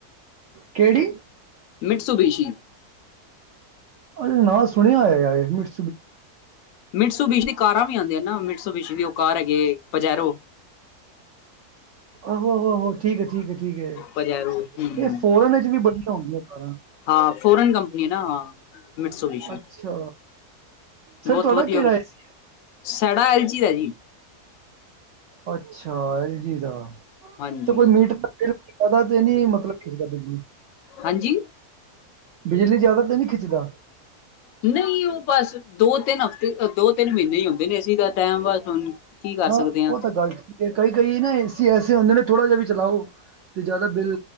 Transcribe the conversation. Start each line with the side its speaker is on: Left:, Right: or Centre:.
Right: ਕਿਹੜੀ?
Left: ਮਿਟਸੂ ਬਸ਼ੀ
Right: ਅ ਨਾਂ ਸੁਣਿਆ ਹੋਇਆ ਯ ਐਡਮਿਟ
Left: ਮਿੰਨ ਸੌ ਬੀਸ ਦੀ ਕਾਰਾਂ ਵੀ ਆਉਂਦੀਆਂ ਨਾ ਮਿੰਠ ਸੌ ਬ ਦੀ ਉਹ ਕਾਰ ਹੈਗੇ ਪਜੈਰੋ
Right: ਆਹੋ ਆਹੋ ਆਹੋ ਠੀਕ ਹੈ ਠੀਕ ਹੈ ਠੀਕ ਹੈ
Left: ਪਜੈਰੋ ਹੂੰ
Right: ਇਹ ਫੋਰਨ ਵਿਚ ਵੀ ਬੜੀਆਂ ਆਉਂਦੀਆਂ ਕਾਰਾਂ,
Left: ਹਾਂ ਫੋਰਨ ਕੰਪਨੀ ਹੈ ਨਾ ਮਠ ਸੌ ਵੀਸ
Right: ਅੱਛਾ ਫਿਰ
Left: ਬਹੁਤ
Right: ਤੁਹਾਡਾ
Left: ਵਧੀਆ
Right: ਕਿਹੜਾ ਏ ਸੀ
Left: ਸੜਾ ਐਲਚ ਦਾ ਜੀ
Right: ਅੱਛਾ ਐਲਜੀ ਦਾ
Left: ਹਾਂਜੀ
Right: ਤੇ ਕੋਈ ਮੀਟਰ ਬਿਲ ਪਦਾ ਤੇ ਨਹੀਂੀ ਮਤਲਬ ਖਿਰਦਾ ਬਿਜਲੀ
Left: ਹਾਂਜੀ
Right: ਬਿਜਲੀ ਜ਼ਿਆਦਾ ਤੇ ਨਹੀਂੀ ਖਿੱਚਦਾ
Left: ਨਹੀਂ ਉਹ ਬਸ ਦੋ ਤਿੰਨ ਹਫ਼ਤੇ ਦੋ ਤਿੰਨ ਮਹੀਨੇ ਹੀ ਹੁੰਦੇ ਨੇ ਅ ਸੀ ਦਾ ਟਮ ਬਸ ਹੁਣ ਕੀ ਕਰ
Right: ਹਾਂ
Left: ਸਕਦੇ
Right: ਉਹ ਤਾਂ ਗੱਲ ਠੀਕ, ਕਈ ਕਈ ਨਾ ਏ ਸੀ ਐਸੇ ਹੁੰਦੇ ਨੇ ਥੋੜ੍ਹਾ ਜਿਹਾ ਵੀ ਚਲਾਓ ਅਤੇ ਜ਼ਿਆਦਾ ਬਿੱਲ